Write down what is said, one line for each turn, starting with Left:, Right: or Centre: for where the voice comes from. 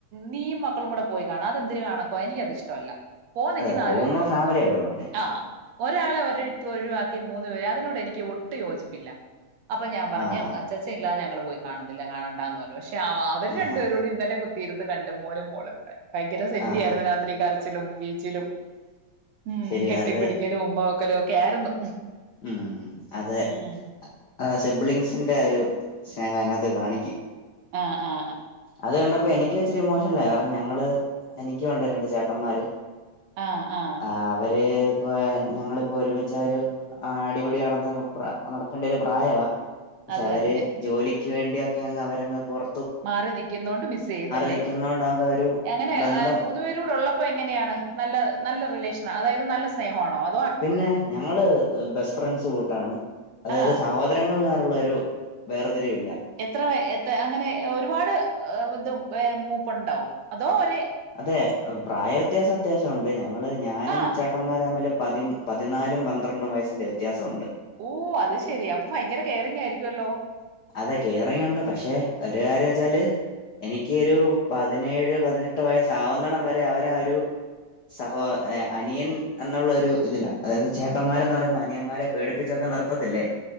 Right: നീയും മക്കളും കൂടെ പോയി കാണ് അതെന്തിര് കാണക്കോ എനിക്കത് ഇഷ്ടവല്ലാ. പോന്നെങ്കി
Left: അതെ
Right: നാലു
Left: പോകുമ്പോ
Right: പേരൂടെ
Left: ഫാമിലി
Right: പോണം
Left: ആയിട്ട് പോണ്ടേ
Right: ആഹ്. ഒരാളെ ഒര് റ്റു ഒഴിവാക്കി മൂന്ന് പേര് അതിനോട് എനിക്ക് ഒട്ടു യോജിപ്പില്ല. അപ്പം ഞാൻ പറഞ്ഞ്.
Left: ആഹ്
Right: അ ച്ഛാച്ചൻ ഇല്ലാതെ ഞങ്ങള് പോയി കാണുന്നില്ല കാണണ്ടാന്ന് പറഞ്ഞു. പക്ഷെ അഅവര്
Left: ആഹാ
Right: രണ്ടുപേരൂടി ഇന്നലെ കു ത്തിയിരുന്ന് കണ്ട് മോനും മോളും കൂടെ. ഭയങ്കര സെന്റിയാർന്നു
Left: ആഹ്
Right: രാത്രി കരച്ചിലും പിഴി ച്ചിലും ഉം
Left: ശരി
Right: കെട്ടിപ്പിടിക്കലും
Left: അത്
Right: ഉമ്മ വെക്കലും ഒക്കെ ആയിരുന്നു.
Left: ഉം അതെ.
Right: ഉം.
Left: അതാ സിബ്ലിങ്സിന്റെ ഒരു സ്നേഹം അയിനാത്ത് കാണിക്കും.
Right: ആഹ് ആഹ്.
Left: അത് കണ്ടപ്പം എനിക്കിച്ചരി ഇമോഷ്ണലായി. കാരണം ഞങ്ങള് എനിക്ക്യും ഉണ്ട് രണ്ട് ചേട്ടന്മാര്.
Right: ആഹ് ആഹ്.
Left: ആഹ് അവര് ഇപ്പ ഞങ്ങളിപ്പോ ഒരുമിച്ചാ ഒരു ആ അടിപിടി നടന്ന് പ്ര നടക്കെണ്ടൊരു പ്രായവാ. പക്ഷെ
Right: അത്
Left: അവര്
Right: തന്നെ
Left: ജോലിക്ക് വേണ്ടിയൊക്കെ അങ്ങ് അവരങ്ങ് പൊർ
Right: മാറി നിക്ക്യുന്നോണ്ട് മിസ് ചെയ്യുന്നല്ലേ.
Left: നിൽക്കുന്നോണ്ടാകെ ഒരു
Right: എങ്ങനെ
Left: ബന്ധം
Right: മൂന്നു പേരുടെ ഉള്ളപ്പ എങ്ങനെയാണ്? നല്ല നല്ല റിലേഷ്നാ അതായത് നല്ല സ്നേഹവാണോ, അ
Left: പിന്നെ ഞങ്ങള് ബെസ്റ്റ് ഫ്രണ്ട്സ് കൂട്ടാണ്. അതായത്
Right: ആ
Left: സഹോ ദരങ്ങൾ ന്നറുള്ളൊരു വേർതിരിവില്ല.
Right: എത്ര വയെ എത്ത അങ്ങനെ ഒരുപാട് ഇതും ഏഹ് മൂപ്പുണ്ടോ? അതോ ഒരേ,
Left: അതെ
Right: സ-
Left: പ്രായവ്യത്യാസം അത്യാവശ്യം ഉണ്ട്. ഞങ്ങള് ഞാനും
Right: ആ
Left: ചേട്ടന്മാരും തമ്മില് പതി പതിനാലും പന്ത്രണ്ടും വയസ്സിന്റെ വ്യത്യാസവുണ്ട്.
Right: ഊഹ് അത് ശെരി അപ്പോ ഫയങ്കര കെയറിങ് ആയിരിക്ക്യൊല്ലോ.
Left: അതെ കേയറിങ്ങ് ഉണ്ട് പക്ഷെ ഒരു കാര്യം വെച്ചാല് എനിക്ക് ഒരു പതിനേഴ് പതിനെട്ട് വയസ്സ് ആവുന്നെടം വരെ അവരാ ഒരു സഹോ എഹ് അനിയൻ എന്നുള്ളൊരു ഇതിലാ. അതായത് ചേട്ടന്മാരെന്ന് പറയുമ്പം അനിയന്മാരെ പേടിപ്പിച്ചൊക്കെ നിർത്തത്തില്ലേ.